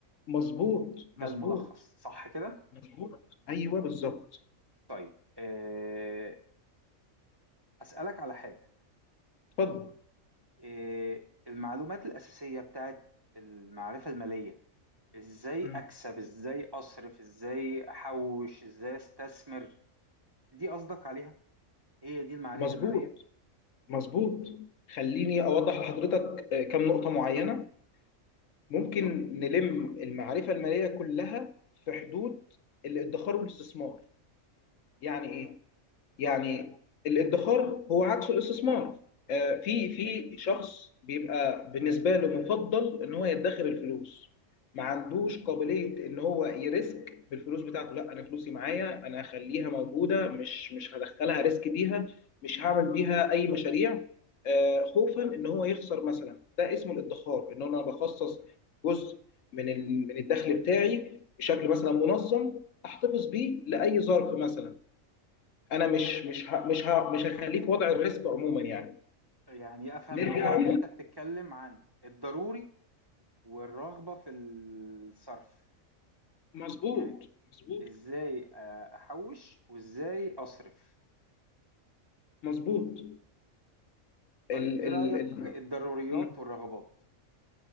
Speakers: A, on the left; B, on the right.
A: مظبوط
B: ده
A: مظبوط
B: الملخص صح كده
A: مظبوط ايوه بالظبط
B: طيب أه هسألك على حاجة
A: اتفضل
B: أه المعلومات الأساسية بتاعت المعرفة المالية ازاي
A: مم.
B: اكسب ازاي اصرف ازاي احوش ازاي استثمر دي قصدك عليها هي دي المعرفة
A: مظبوط
B: المالية
A: مظبوط خليني اوضح لحضرتك آه، كم نقطه معينه ممكن
B: فقط
A: نلم المعرفه الماليه كلها في حدود الادخار والاستثمار يعني ايه يعني الادخار هو عكس الاستثمار آه، في في شخص بيبقى بالنسبه له مفضل ان هو يدخر الفلوس ما عندوش قابليه ان هو يريسك بالفلوس بتاعته لا انا فلوسي معايا انا هخليها موجوده مش مش هدخلها ريسك بيها مش هعمل بيها اي مشاريع آه، خوفا ان هو يخسر مثلا ده اسمه الادخار ان انا بخصص جزء من ال- من الدخل بتاعي بشكل مثلا منظم احتفظ بيه لاي ظرف مثلا انا مش مش ه... مش ه... مش هخليه في وضع الريسك عموما يعني
B: يعني أفهم
A: نرجع
B: من كده إن أنت بتتكلم عن الضروري والرغبة في الصرف
A: مظبوط
B: يعني
A: مظبوط
B: إزاي آه، أحوش وإزاي أصرف
A: مظبوط
B: طيب
A: ال
B: إيه
A: ال
B: رأيك
A: ال
B: الضروريات
A: مم.
B: والرغبات